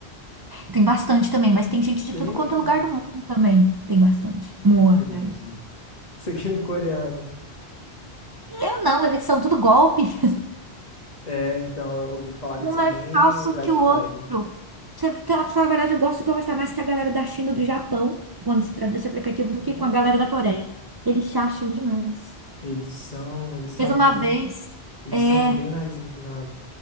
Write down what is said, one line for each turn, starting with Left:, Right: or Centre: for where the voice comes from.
Right: Tem bastante também, mas tem gente de
Left: Tem?
Right: tudo quanto é lugar do mundo também. Tem bastante.
Left: Não
Right: Moai.
Left: acredito. Isso aqui é um coreano.
Right: Eu não, eles são tudo golpe. <laughs>
Left: É, então, eu ouvi falar que
Right: Um
Left: eles são
Right: é
Left: bem
Right: falso
Left: red
Right: que
Left: flag.
Right: o outro. Você- pra falar a verdade, eu gosto de conversar mais com a galera da China e do Japão, quando se trata desse aplicativo, do
Left: né?
Right: que com a galera da Coreia. Eles se acham demais.
Left: Eles são, eles são
Right: Teve uma
Left: bem,
Right: vez,
Left: eles
Right: é,
Left: são bem nariz empinado.